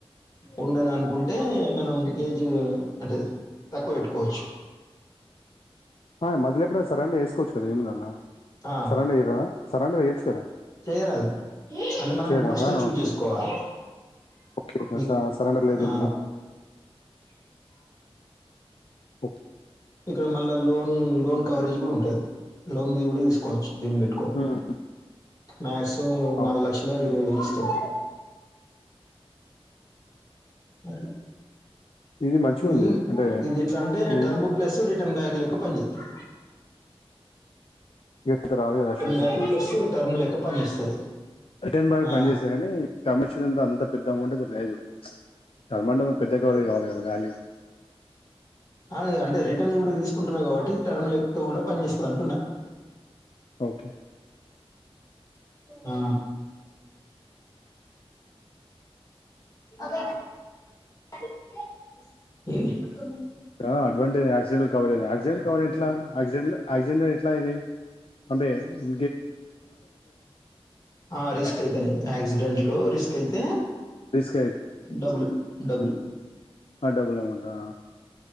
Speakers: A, on the left; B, on the left.
A: ఉండన అనుకుంటే మనం ఏజు అటే తక్కువ వేట్కోవచ్చు
B: ఆ మధ్యలెప్పుడన సరండు ఎసుకోవచ్చు కదా ఏముంది అండ్లా
A: ఆ
B: సరండు ఇయరా సరండర్ ఏయోచ్చు కదా
A: చేయరాదు అంటే మనం
B: చేయరాదా
A: ఫస్ట్ చూజ్
B: ఓకే
A: చేసుకోవాలి
B: ఓకే ఓకే
A: ఈ
B: స సరెండర్ లేదు
A: ఆ
B: ఇందులో ఓప్
A: ఇక్కడ మల్ల లోన్ లోన్ కవరేజ్ ఉంటది లోన్వి కూడా తీసుకోవచ్చు. దీన్ని పెట్ట్కొని,
B: ఉమ్
A: మాస్సిమం
B: అవును
A: నాలులక్షల ఇరవై వేలు ఇస్తర్ అట్ల
B: ఇది మంచిగా ఉంది
A: ఇ
B: అంటే
A: ఇదేట్ల అంటే
B: ఇది
A: టర్మ్ రిటర్న్ బ్యాక్ లెక్క పనిచేస్తది
B: లేకపోతే రాదు కదా insurance
A: back
B: commission
A: plus term లెక్క పనిచేస్తుంది
B: రిటర్న్ బ్యాక్
A: ఆ
B: పని చేస్తది కానీ కమిషన్ అంత అంత పెద్ద అమౌంట్ ఐతే లేదు టర్మంటే మళ్ల పెద్ద కవరేజ్ కావాలి కదా ర్యాలీ యో
A: ఆ ఇగ అంటే రిటర్న్ కూడా తీసుకుంటున్నా కాబట్టి టర్మ్ లెక్క కూడా పనిచేస్తది అంటున్నా
B: ఓకే
A: ఆ ఇ
B: ఇక్కడ అడ్వాంటేజ్ యాక్సిడెంట్ల కవరేజ్ యాక్సిడెంట్ల కవరేజ్ ఎట్లా యాక్సిడెంట్ల యాక్సిడెంట్ల ఎట్లా ఇది అదే ఇ
A: ఆ రిస్క్ అయితనే యాక్సి డెంట్లో రిస్క్ అయితే
B: రిస్క్
A: డబుల్ డబుల్
B: అడ్డగులో! !!!!!!!!!